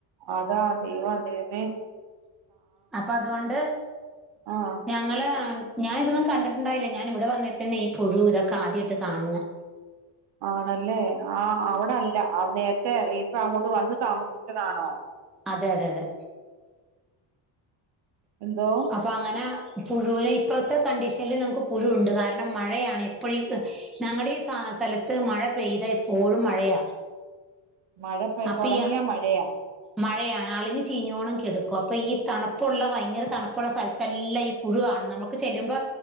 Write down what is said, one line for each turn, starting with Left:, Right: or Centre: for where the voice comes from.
Right: അതാ ദൈവം അതെന്നേ -
Centre: അപ്പൊ അതുകൊണ്ട്
Right: ആഹ്
Centre: ഞങ്ങള്- ഞാൻ ഇതൊന്നും കണ്ടിട്ടുണ്ടായില്ല ഞാൻ ഇവെടെ വന്നിട്ടന്നെ ഈ പുഴു ഇതൊക്കെ ആദ്യയായിട്ട് കാണുന്നേ.
Right: ആണല്ലേ ആ അവിടെല്ല അതെ ഹേ ഇപ്പൊ അങ്ങോട്ട് വന്ന് താമസിച്ചതാണോ
Centre: അതെ അതെ അതെ
Right: എന്തോ
Centre: അപ്പൊ അങ്ങനെ പുഴുവിനെ- ഇപ്പോഴത്തെ കണ്ടീഷനില് നമുക്ക് പുഴുണ്ട് കാരണം മഴയാണ് ഇപ്പോഴി ഞങ്ങടെ ഈ സ്ഥലത്ത് മഴ- പെയ്താ എപ്പോഴും മഴയാ
Right: മഴ പ
Centre: അപ്പൊ
Right: തൊടങ്ങിയാ
Centre: ഈ
Right: മഴയാ
Centre: മഴയാണ് അളിഞ്ഞ് ചീഞ്ഞോണം കെടക്കും അപ്പൊ ഈ തണുപ്പുള്ള ഭയങ്കര തണുപ്പുള്ള സ്ഥലത്തെല്ലാം ഈ പുഴു.. പുഴുവാണ് നമുക്ക് ചെല്ലുമ്പോ